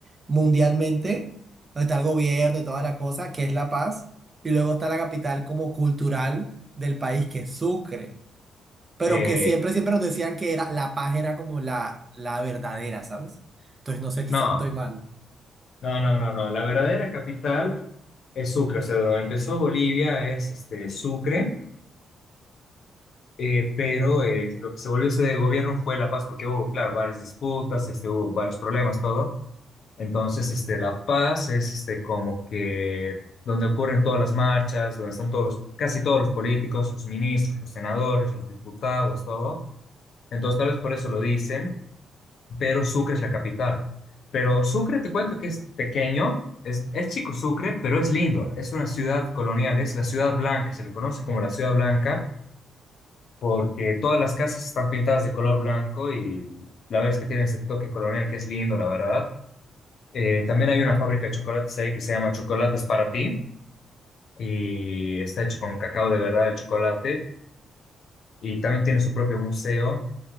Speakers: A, on the right; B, on the left.
A: mundialmente, donde está el gobierno y toda la cosa, que es La Paz, y luego está la capital como cultural del país, que es Sucre pero
B: eh,
A: que siempre, siempre nos decían que era, la paz era como la, la verdadera, ¿sabes? Entonces, no sé, quizás
B: no,
A: estoy mal.
B: no, no, no, no. La verdadera capital es Sucre. O sea, donde empezó Bolivia es este, Sucre, eh, pero eh, lo que se volvió sede de gobierno fue La Paz porque hubo, claro, varias disputas, este, hubo varios problemas, todo. Entonces, este, La Paz es este, como que donde ocurren todas las marchas, donde están todos los, casi todos los políticos, los ministros, los senadores, los diputados, todo. Entonces, tal vez por eso lo dicen, pero Sucre es la capital. Pero Sucre, te cuento que es pequeño, es, es chico Sucre, pero es lindo. Es una ciudad colonial, es la ciudad blanca, se le conoce como la ciudad blanca, porque todas las casas están pintadas de color blanco y la verdad es que tiene ese toque colonial que es lindo, la verdad. Eh, también hay una fábrica de chocolates ahí que se llama Chocolates para ti y está hecho con cacao de verdad el chocolate y también tiene su propio museo,